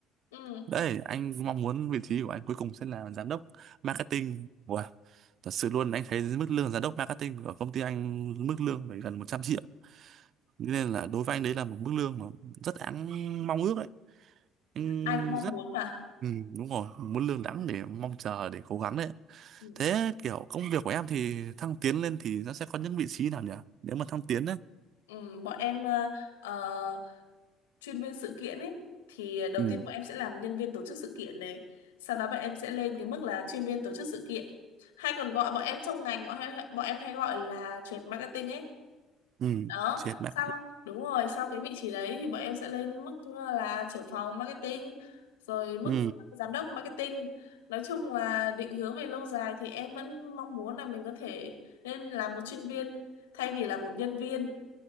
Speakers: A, on the left; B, on the right.
A: ừ
B: đấy anh mong muốn vị trí của anh cuối cùng sẽ là giám đốc marketing wow. thật sự luôn anh thấy mức lương giám đốc marketing ở công ty anh mức lương phải gần một trăm triệu nên là đối với anh đấy là một mức lương mà rất đáng mong ước đấy anh
A: ai cũng mong
B: rất
A: muốn mà
B: Ừ, đúng rồi, muốn lương đẳng để mong chờ để cố gắng đấy.
A: ừ.
B: Thế kiểu công việc của em thì thăng tiến lên thì nó sẽ có những vị trí nào nhỉ? Nếu mà thăng tiến đấy.
A: Ừ, bọn em ờ, ờ, chuyên viên sự kiện ấy thì à, đầu
B: Ừ,
A: tiên bọn em sẽ làm nhân viên tổ chức sự kiện này sau đó bọn em sẽ lên cái mức là chuyên viên tổ chức sự kiện hay còn gọi bọn em trong ngành bọn em bọn em hay gọi là trade marketing ấy
B: ừ,
A: đó
B: chết mẹ.
A: sau đúng rồi sau cái vị trí đấy thì bọn em sẽ lên mức ờ, là trưởng phòng marketing rồi mức
B: Ừ,
A: giám đốc marketing nói chung là định hướng về lâu dài thì em vẫn mong muốn là mình có thể nên là một chuyên viên thay vì là một nhân viên